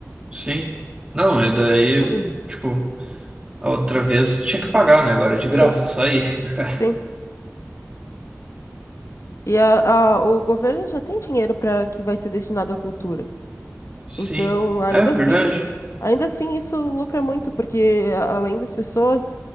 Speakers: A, on the right (about 20°); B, on the left (about 65°).
A: Sim. Não, e daí,
B: <clears throat>
A: tipo, a outra vez tinha que pagar, né? Agora é de graça,
B: Sim,
A: só aí, <laughs> no caso.
B: sim. E a, a- o governo já tem dinheiro para que vai ser destinado à cultura.
A: Sim.
B: Então, ainda
A: É verdade.
B: assim, ainda assim isso lucra muito, porque a- além das pessoas